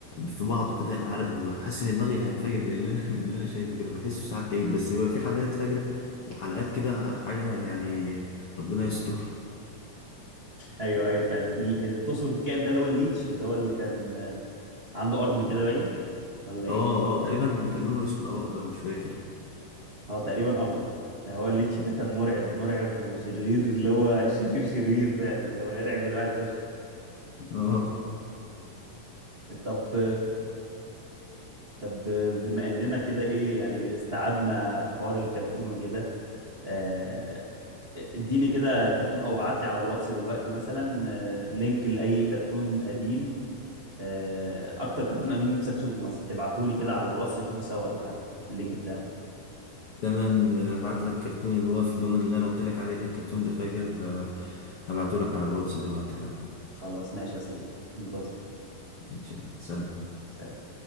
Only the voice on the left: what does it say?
في بعضه كده عارف بحس ان دماغي هينفجر من اللي انا <laughs> من اللي انا شايفه كده بحسه ساعات كئيب بس بيبقى في حلقات فجره وحلقات كده حاجه يعني ربنا يستر
اه اه تقريبا كان لونه اسود او اخضر مش فاكر
اه
تمام هبعت لك كرتون اللي هو في لون اللي انا قلت لك عليه ده الكرتون ده فاجر آه، هبعته لك على الواتس دلوقتي حالا
ماشي يلا، سلام